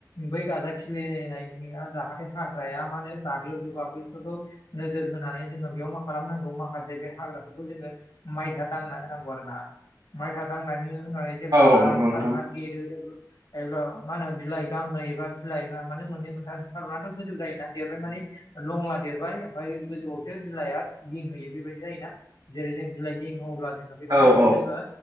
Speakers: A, on the left; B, on the right.
A: बै गाजा खिलिनाया जाहाथे हाग्राया मा होनो जाग्लोबजोबा बैफोरखौ नोजोर होनानै जोङो बेयाव मा खालामनांगौ मा माखासे बे हाग्राफोरखौ जोङो माइसा दांना होनांगौ आरोना मायसा दांनानै होनानै जेब्ला
B: औ
A: आ
B: नंगौ
A: थारुना
B: नोंथां
A: देरो जब्ला जब्ला मा होनो बिलाइ गांनै एबा बिलाया माने मोननै मोनथाम थारुनाथ' गोजौ जायोना देरबाय माने लंला देरबाय ओमफाय गोजौआवसो बिलाया गेंहैयो बेबायदि जायोना जेरै जों बिलाइ गेङो अब्ला जोङो बे थारुनखौ
B: औ औ
A: जोङो